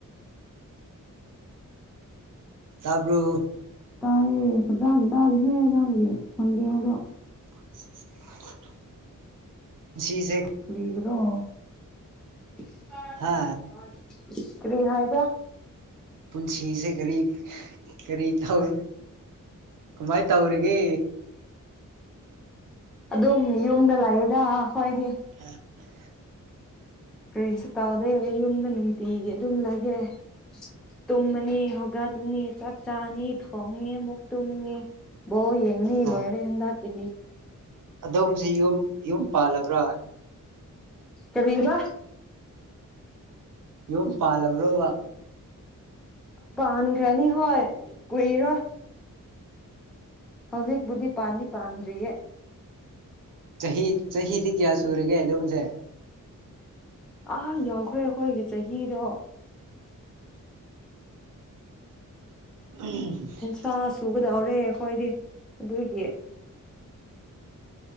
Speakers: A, on the right; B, in the centre.
A: ꯇꯥꯕ꯭ꯔꯣ
B: ꯇꯥꯏꯌꯦ ꯐꯖꯅ ꯇꯥꯔꯦ ꯍꯦ ꯅꯪ ꯒꯤ ꯈꯣꯟꯖꯦꯟ ꯑꯗꯣ
A: <inaudible> ꯁꯤꯁꯦ
B: ꯀꯔꯤꯒꯤꯔꫭ <unintelligible>
A: ꯍꯥ
B: ꯀꯔꯤ ꯍꯥꯏꯕ
A: ꯄꯨꯟꯁꯤꯁꯦ ꯀꯔꯤ ꯀꯔꯤ ꯇꯧ ꯀꯃꯥꯏꯅ ꯇꯧꯔꯤꯒꯦ
B: ꯑꯗꯨꯝ ꯌꯨꯝꯗ ꯂꯩꯑꯦꯗ ꯑꯩꯈꯣꯏꯗꯤ
A: <unintelligible>
B: ꯀꯔꯤꯁꯨ ꯇꯥꯎꯗꯦ ꯑꯩ ꯌꯨꯝꯗ ꯅꯨꯡꯇꯤꯒꯤ ꯑꯗꯨꯝ ꯂꯩꯌꯦ ꯇꯨꯝꯃꯅꯤ ꯍꯧꯒꯠ ꯅꯤ ꯆꯥꯛ ꯆꯥꯅꯤ ꯊꯣꯡꯅꯤ ꯑꯃꯨꯛ ꯇꯨꯝꯅꯤ ꯕꯣꯜ ꯌꯦꯡꯅꯤ
A: ꯑ
B: ꯂꯣꯏꯔꯦ ꯍꯟꯗꯛꯀꯤꯗꯤ
A: ꯑꯗꯣꯝꯁꯤ ꯌꯨꯝ ꯌꯨꯝ ꯄꯥꯜꯂꯕ꯭ꯔꯥ
B: ꯀꯔꯤꯕꯥ
A: ꯌꯨꯝ ꯄꯥꯜꯂꯕ꯭ꯔꯣꯕ
B: ꯄꯥꯥꯟꯈ꯭ꯔꯅꯤ ꯍꯣꯢ ꯀꯨꯏꯔꯣꯏ ꯍꯧꯖꯤꯛꯄꯨꯗꯤ ꯄꯥꯟꯗꯤ ꯄꯥꯟꯗ꯭ꯔꯤꯌꯦ
A: ꯆꯍꯤ ꯆꯍꯤꯗꯤ ꯀꯌꯥ ꯁꯨꯔꯒꯦ ꯑꯗꯣꯝꯁꯦ
B: ꯑꯥ ꯌꯧꯈ꯭ꯔꯦ ꯑꯩꯈꯣꯏꯒꯤ ꯆꯍꯤꯗꯣ
A: <unintelligible>
B: ꯆꯥ ꯁꯨꯒꯗꯧꯔꯦ ꯑꯩꯈꯣꯏꯗꯤ ꯑꯗꯨꯒꯤ